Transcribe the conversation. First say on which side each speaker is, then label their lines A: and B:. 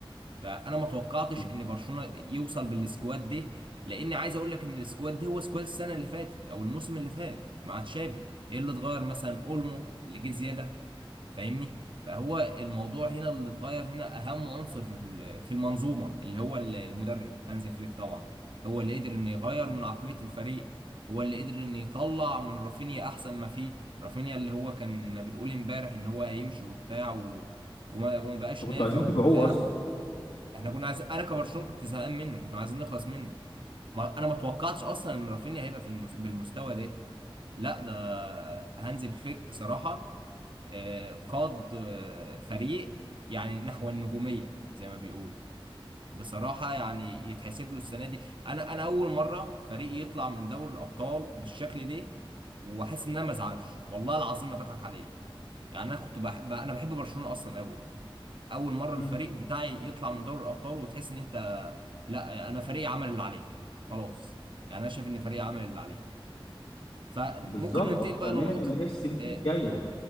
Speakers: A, on the right; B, on the left.
A: فانا ما توقعتش
B: بس-
A: ان برشلونة يوصل بالسكواد ده لان عايز اقول لك ان السكواد ده هو سكواد السنة اللي فاتت او الموسم اللي فات مع تشافي ايه اللي اتغير مثلا اولمو اللي جه زيادة فاهمني فهو الموضوع هنا اللي اتغير هنا اهم عنصر في ال- في المنظومه اللي هو ال- المدرب هانز فليك طبعا هو اللي قدر انه يغير من عقليه الفريق هو اللي قدر انه يطلع من رافينيا احسن ما فيه رافينيا اللي هو كان بنقول امبارح ان هو هيمشي وبتاع و... وما... وما بقاش
B: انتوا كنتوا
A: نافع
B: عايزين
A: وبتاع
B: تبيعوه اصلا
A: احنا كنا عايزين انا كبرشلونه كنت زهقان منه كنا عايزين نخلص منه ما... انا ما توقعتش اصلا ان رافينيا هيبقى في المس... بالمستوى ده لا ده هانز فليك بصراحه آه، قاد آه، فريق يعني نحو النجومية زي ما بيقولوا بصراحة يعني يتحسب له السنة دي أنا أنا أول مرة فريق يطلع من دوري الأبطال بالشكل ده وأحس إن أنا ما أزعلش والله العظيم ما بضحك عليه يعني أنا كنت بحب أنا بحب برشلونة أصلا قوي أول مرة
B: امم
A: الفريق بتاعي يطلع من دوري الأبطال وتحس إن أنت لا أنا فريق عمل اللي عليه خلاص يعني أنا شايف إن فريق عمل اللي عليه فممكن
B: بالظبط
A: ننتقل
B: وكمان
A: بقى لنقطة
B: اللي هي السنين
A: آه،
B: الجايه